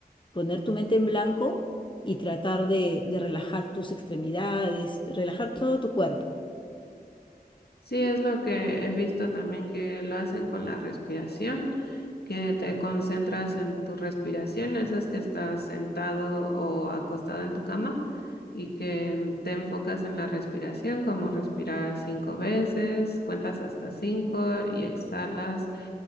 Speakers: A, on the left; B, on the left.
A: poner tu mente en blanco y tratar de, de relajar tus extremidades, relajar todo tu cuerpo.
B: Sí, es lo que he visto también que lo hacen con la respiración, que te concentras en tu respiración, esas que estás sentado o acostado en tu cama y que mm, te enfocas en la respiración, como respirar cinco veces, cuentas hasta cinco y exhalas